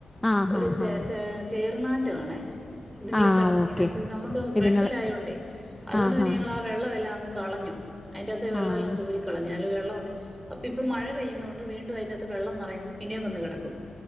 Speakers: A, in the centre; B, on the right.
A: ആഹ്
B: ഒരു
A: ആഹ്
B: ചേ
A: ആഹ്
B: ച ചേർനാറ്റമാണേ ഇത്ങ്ങള്
A: ആഹ്
B: ഈ കെടന്നിങ്ങനെ
A: ഓക്കെ
B: അപ്പ നമുക്ക് ഫ്രണ്ടിലായോണ്ട്
A: ഇതുങ്ങള്
B: അതുകൊണ്ട്
A: ആഹ്
B: പിന്നെ
A: ആഹ്
B: ഞങ്ങളാ വെള്ളവെല്ലാമങ്ങ് കളഞ്ഞു അതിൻ്റകത്തെ വെള്ളമെല്ലാം
A: ആഹ്
B: കോരി ക കളഞ്ഞു നല്ല വെള്ളോണ്ട് അപ്പയിപ്പൊ മഴ പെയ്യുന്നോണ്ട് വീണ്ടും അയിൻ്റെകത്ത് വെള്ളം നെറയുമ്പോ പിന്നെം വന്ന് കെടക്കും